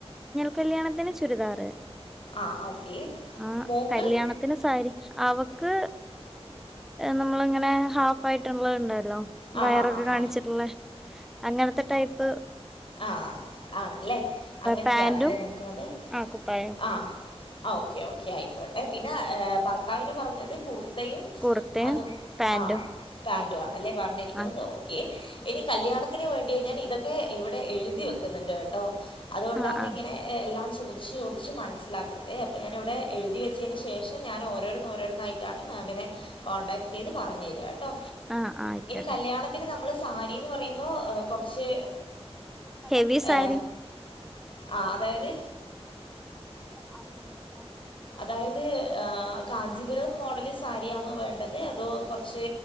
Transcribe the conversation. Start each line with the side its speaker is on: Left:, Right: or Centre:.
Centre: കല്യാണത്തിന് ചുരിദാറ്
Left: ആ ഓക്കെ
Centre: ആ
Left: മോൾക്ക്
Centre: കല്യാണത്തിന് സാരി. അവ ക്ക് നമ്മെളിങ്ങനെ ഹാഫായിട്ടുള്ളത് ണ്ട
Left: ആ
Centre: വയറൊക്കെ
Left: ആ ആ
Centre: കാണിച്ചിട്ടൊള്ളേ
Left: ആ
Centre: അങ്ങനത്തെ ടൈപ്പ്
Left: ആഹ് ആണല്ലേ അങ്ങനത്തെയാണല്ലേ
Centre: പാന്റും
Left: നോക്കുന്നത്?
Centre: ആ കുപ്പായം
Left: ആ ഓക്കെ ഓക്കെ ആയിക്കോട്ടെ. പിന്നെ ഭർത്താവിന് പറഞ്ഞത് കുർ യും
Centre: കുർത്തയും
Left: അത്
Centre: പാന്റും
Left: ആ പാൻ അതല്ലെ പ നികിന്ത്
Centre: ആ
Left: ഓക്കെ ഇനി കല്യാണത്തിന് വേണ്ടി. ഞാനിതൊക്കെ ഇവടെ എഴുതി വെക്കുന്നുണ്ട് കേട്ടോ. അതുകൊണ്ടാന്നിങ്ങനെയെല്ലാം.
Centre: ആ ആ
Left: ചോദിച്ചു ചോദിച്ചു മനസ്സിലാക്കുന്നതേ ഞാനിവിടെ എഴുതി വെച്ചേന് ശേഷം ഞാൻ ഓരോരുന്ന് ഓരോരുനിന്നായിട്ടാണ് മാമ്മിനെ കോൺടാക്ട് ചെയ്ത് പറഞ്ഞു തരാട്ടോ.
Centre: ആഹ് ആയിക്ക
Left: കല്യാണത്തിന് നമ്മള് സ സാരീന്ന് പറയുമ്പോ കൊറച്ച്
Centre: ഹെവി സാരി
Left: ഏ ആ അതായത്
Centre: അമ്മേന്റേ
Left: അതായത് ആഹ് കാഞ്ചീപുരം മോഡല് സാരിയാന്നോ വേണ്ടത്. അതോ? കൊറച്ച്